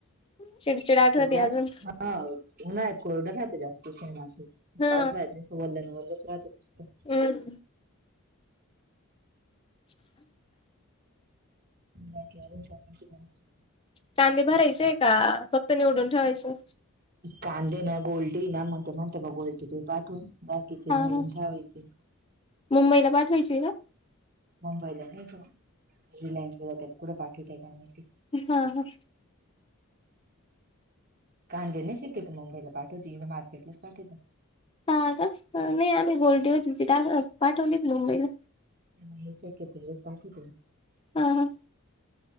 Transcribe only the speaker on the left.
चिडचिड आठवती
अजून.
हा
हम् <inaudible>
कांदे भरायचेय का, फक्त निवडून ठेवायचे?
हा
हा
मुंबईला पाठवायची का?
हा हा.
हा का? नाही आम्ही गोल्डी होती पाठवली होती मुंबईला.
हा हा